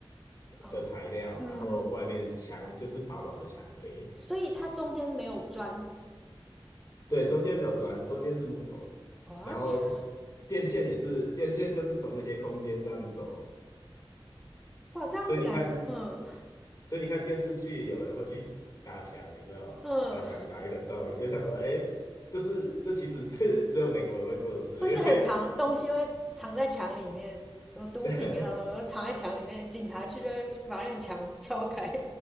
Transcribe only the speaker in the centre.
哦，
嗯，
所以它中间没有砖。
what？
<laughs> 哇，这样子感，
嗯
嗯，
或是很长东西会藏在墙里面，
什么毒品啊，
什么藏在墙里面，警察去就会把那个墙敲开。